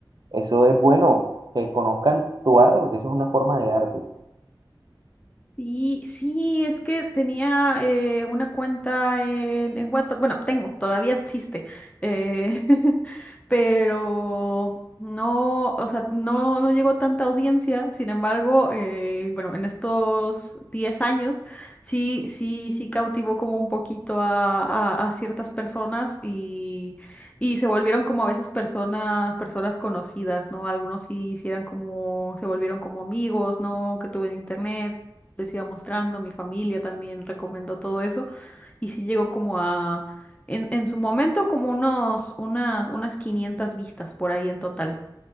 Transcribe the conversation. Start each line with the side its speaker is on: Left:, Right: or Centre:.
Right: eso es bueno, que conozcan tu arte, porque eso es una forma de arte.
Left: Sí, sí, es que tenía eh, una cuenta en, en Wattpad, bueno, tengo, todavía existe, eh, <laughs> pero no, o sea, no, no llegó tanta audiencia, sin embargo, eh, bueno, en estos 10 años sí, sí, sí cautivó como un poquito a, a- a ciertas personas y, y se volvieron como a veces personas, personas conocidas, ¿no? Algunos sí, sí eran como, se volvieron como amigos, ¿no? Que tuve en internet les iba mostrando, mi familia también recomendó todo eso y sí llegó como a, en, en su momento como unos, una- unas 500 vistas por ahí en total,